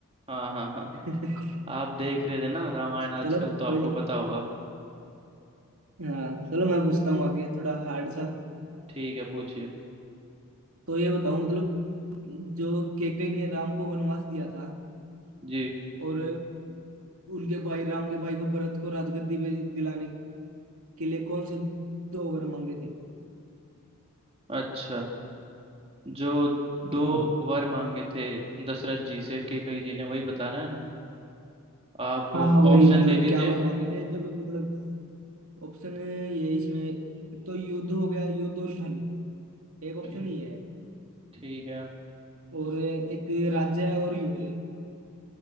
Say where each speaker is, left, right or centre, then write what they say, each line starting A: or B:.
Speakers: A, on the right (about 25°); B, on the right (about 70°).
A: हाँ हाँ हाँ हाँ।
B: <laughs>
A: आप देख रहे थे ना रामायण आजकल
B: चलो
A: तो आपको
B: कोई नहीं
A: पता होगा
B: हाँ चलो मैं पूछता हूँ आगे थोड़ा हार्ड सा
A: ठीक है पूछिए
B: तो ये बताओ मतलब जो केकई ने राम को वनवास दिया था
A: जी
B: और उनके भाई राम के भाई को भरत को राजगद्दी पे दिलाने के लिए कौन से दो वर मांगे थे
A: अच्छा जो
B: हम्म
A: दो वर मांगे थे दशरथ जी से कैकई जी ने वही बताना है ना आप
B: हाँ हाँ वही
A: ऑप्शन
B: मतलब
A: दे दीजिए
B: क्या वर मांगे थे जब मतलब ऑप्शन ये इसमें तो युद्ध हो गया युद्ध और धन एक ऑप्शन
A: ठीक
B: ये है
A: ठीक है
B: और एक राज्य है और युद्ध